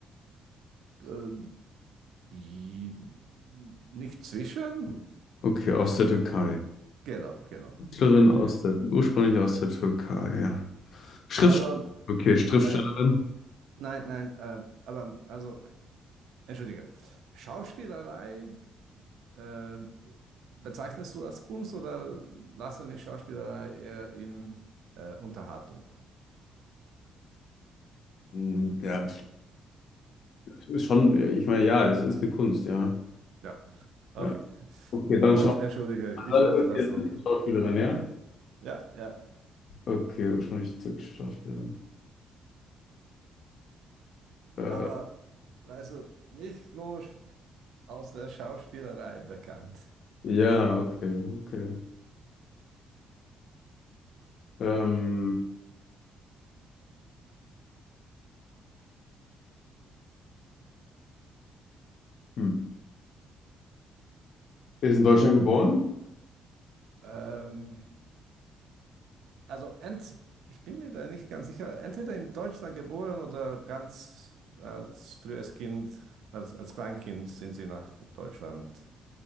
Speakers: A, on the right (about 80°); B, on the left (about 65°).
A: Äh, wie, nicht zwischen?
B: Okay, aus der Türkei.
A: Genau, genau.
B: Künstlerin aus der, ursprünglich aus der Türkei, ja. Schrift,
A: Aber,
B: okay, Schriftstellerin.
A: äh, nein, nein, äh, aber also. Entschuldige, Schauspielerei, äh, bezeichnest du als Kunst oder lassen wir Schauspielerei eher im äh, Unterhaltung?
B: Hm, Ja, ist schon, ja, ich meine, ja, es ist eine Kunst, ja.
A: Ja, <laughs> okay.
B: Ja. Okay, dann
A: Gut,
B: schau,
A: entschuldige,
B: mal,
A: ich wollte
B: okay,
A: das nur.
B: dann die Schauspielerin, ja?
A: Ja, ja,
B: Okay, ursprünglich türkische Schauspielerin. Äh,
A: aber weißt du, nicht nur sch- aus der Schauspielerei bekannt.
B: Ja, okay, okay. Ähm, hm. Ist in Deutschland geboren?
A: Ähm, also ent, ich bin mir da nicht ganz sicher, entweder in Deutschland geboren oder ganz als frühes Kind, als, als Kleinkind sind sie nach Deutschland